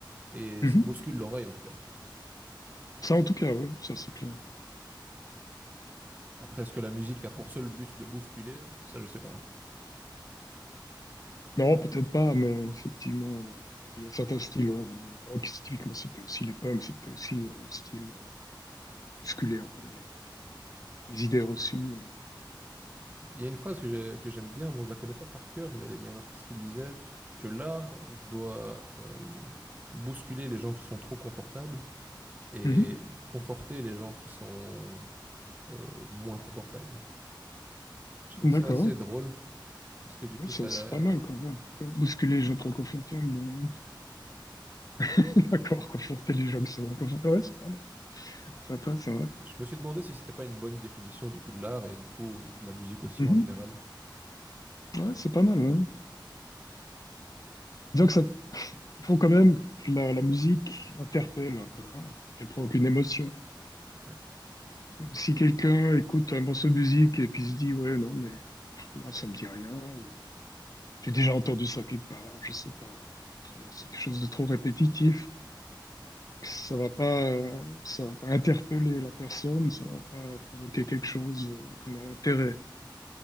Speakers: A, on the right (about 20°); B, on the left (about 45°).
A: Et
B: Mhm.
A: ça bouscule l'oreille, en tout cas.
B: Ça, en tout cas, ouais, ça c'est clair.
A: Après, est-ce que la musique a pour seul but de bousculer? Ça, je sais pas.
B: Non, peut-être pas, mais effectivement, euh, bon, il y a certains styles. ouais, le rock, c'est typiquement, c'était aussi les punks, c'était aussi euh, style euh, bousculer un peu le- les idées reçues.
A: Il y a une phrase que j'ai- que j'aime bien, bon, je la connais pas par cœur, mais il y a un artiste qui disait que l'art doit euh, bousculer les gens qui sont trop confortables et
B: euh. Mhm.
A: conforter les gens qui sont euh, moins confortables. Et je trouvais
B: D'accord.
A: ça assez drôle parce que du coup,
B: Ouais, ça-
A: ça,
B: c'est pas mal quand même. D'accord. Bousculer les gens trop confortables. euh, <laughs> D'accord, conforter les gens qui sont inconfortables. Ouais, c'est pas mal. C'est pas- c'est vrai.
A: je me suis demandé si c'était pas une bonne définition du coup de l'art et du coup de la musique aussi
B: Mhm.
A: en général.
B: Ouais, c'est pas mal. hein. Disons que ça, il faut quand même que la, la musique interpelle un peu, hein, qu'elle provoque une émotion.
A: Ouais,
B: Si quelqu'un écoute un morceau de musique et puis se dit, ouais, non, mais pff, moi, ça me dit rien, ou j'ai déjà entendu ça quelque part, je sais pas, trop- c'est quelque chose de trop répétitif, ça va pas, euh, ça va pas interpeller la personne, ça va pas provoquer quelque chose euh, comme un intérêt.